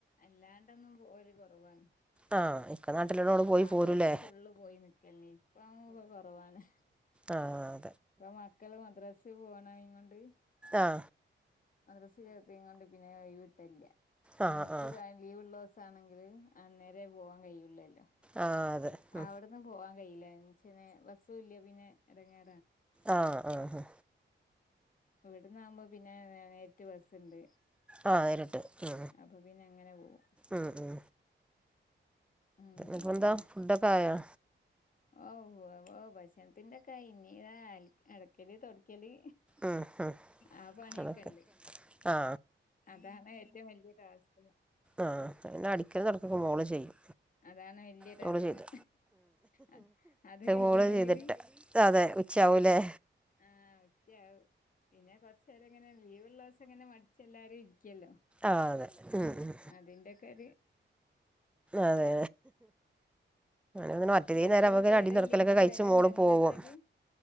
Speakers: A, on the left; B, in the centre.
A: അല്ലാണ്ടൊന്നും ഒരു കുറവാണ്
B: ആ ഇക്ക നാട്ടിലുള്ളോണ്ട് പോയി
A: ആ
B: പോരൂല്ലേ
A: ആദ്യൊക്കെ ഫുള്ള് പോയി നിക്കല്ലേ ഇപ്പ്പ കുറവാണ്
B: ആഹ്
A: ഇപ്പ മക്കള് മദ്രാസൽ പോണ കൊണ്ട്
B: ആഹ
A: മദ്രസ്സ ചേർത്തിയോണ്ട് പിന്നെ ഒഴിവ് കിട്ടാലില്ല പിന്നെ
B: ആ
A: എനിക്ക്യാൻ
B: ആ
A: ലീവ്ള്ള ആണെങ്കിൽ അന്നേര പോവാൻ കഴുള്ളല്ലോ
B: ആ അതെ ഉം
A: അവിടുന്ന് പോവാൻ കഴിയില്ല ബസ്സും ഇല്ല പിന്നെ ഇടങ്ങാ
B: ആ ആ ഹ
A: ഇവിടന്നാകുമ്പോ പിന്നെ നേരിട്ട് ബസ്സുണ്ട്
B: ആ നേരിട്ട് ഉ
A: അപ്പൊ പിന്നെ അങ്ങനെ പോവും
B: ഉ ഉ
A: അങ്ങനൊക്കാണ്
B: ഇപ്പ എന്താ ഫുഡൊക്കെ ആയൊ
A: ഓ ഓ ഭക്ഷണത്തിന്റെ കൈഞ്ഞ ഇത അടക്കല് തുൊടക്കല്
B: ഉം ഉം
A: ആ പണിയൊക്കെ
B: അതൊക്കെ
A: ഉണ്ട്
B: ആ
A: അതാണ് ഏറ്റവും വലിയ ഡാസ്ക്
B: ആഹ അെ അടിക്കൽ തുൊടക്കൊക്കെ മോള് ചെയ്യും
A: അതാണ് വലിയ ടാസ്ക്
B: മോള് ചെയ്തു
A: അത് അത് കഴിയണെങ്കില്
B: മോള് ചെയ്തിട്ട് അതെ ഉച്ച ആവൂലെ
A: ആഹ വത്യാ പിന്നെ കൊറച്ച നേരം എങ്ങനെ ലീവ് ഉള്ള ദിവസം എങ്ങനെ മടിച്ച് എല്ലാരും ല്ലോ
B: ആ അതെ ഉം ഉം
A: അതിന്റെക്കാര്
B: അതെതെ അങ്ങനെ മറ്റത
A: എഴത്തികളൊക്കെ
B: നേരം അവ അടി
A: വരലില്ലേ
B: തുട ക്കലൊക്കെ
A: ഇങ്ങോട്ട്
B: കഴിച്ചച്ച്
A: വരലുണ്ടോ
B: മോള്
A: നിങ്ങളെ
B: പോകും
A: അടുത്തേക്ക്